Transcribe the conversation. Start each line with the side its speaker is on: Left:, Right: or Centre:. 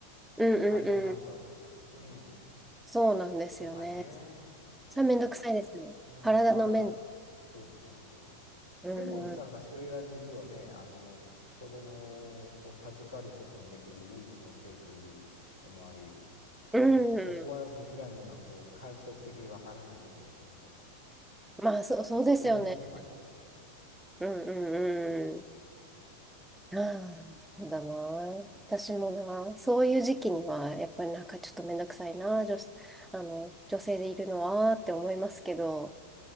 Centre: うんうんうん。
Left: 大変なんだって。うん。
Centre: そうなんですよね。
Left: とかね。
Centre: さ、
Left: そう、
Centre: めんどくさいですよね。
Left: それ。うん、
Centre: 体の面。
Left: まあ、そうそうそ
Centre: うん。
Left: う。でも、なんかそれが実はね、あの、子供をこう授かることのできる唯一の性というのもあり、
Centre: う
Left: ね、そこは僕らにはこう感触的にわからないところなので、
Centre: ん。まあ、そう、そうですよね。
Left: と思うこともあります。
Centre: うんうんうん。ああ、そうだな。私もな。そういう時期には、やっぱりなんかちょっとめんどくさいな。女子、あの、女性でいるのはって思いますけど。